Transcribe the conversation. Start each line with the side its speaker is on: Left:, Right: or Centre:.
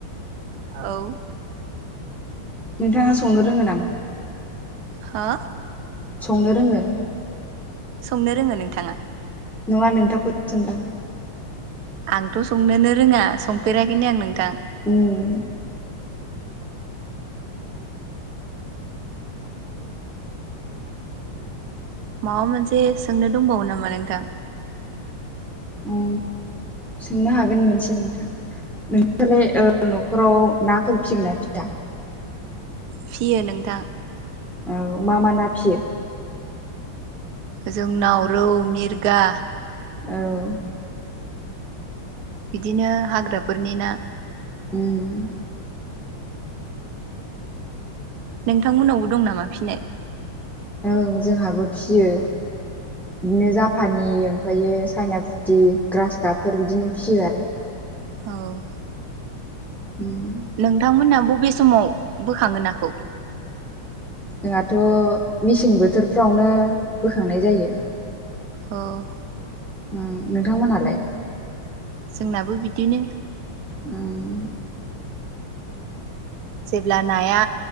Right: औ
Centre: नोंथाङा संनो रोङो नामा
Right: हा
Centre: संनो रोङो
Right: संनो रोङो नोंथाङा
Centre: नङा नोंथांखौसो सोंदां
Right: आंथ' संनोनो रोङा संफेराखैनो आं नोंथां
Centre: उम
Right: माबा मोनसे सोंनो दंबावो नामा नोंथां
Centre: उ सोंनो हागोन मोनसे नोंथां नोंसालाय न'खराव नाफोर फिसिगोन ना फिसिया
Right: फिसियो नोंथां
Centre: औ मा मा ना फिसियो
Right: जोंनाव रौ मिरगा
Centre: औ
Right: बिदिनो हाग्राफोरनि ना
Centre: उम
Right: नोंथांमोननावबो दं नामा फिसिनाय
Centre: ओं जोंहाबो फिसियो बिदिनो जापानि ओमफ्रायो चाइना फुथि ग्रास काबफोर बिदिनो फियो आरो
Right: औ
Centre: उम
Right: नोंथांमोना बबे समाव बोखाङोन नाखौ?
Centre: जोंहाथ' मेसें बोथोरफ्रावनो बोखांनाय जायो।
Right: औ
Centre: ओम नोंथांमोनहालाय?
Right: जोंनाबो बिदिनो।
Centre: उम
Right: जेब्ला नाया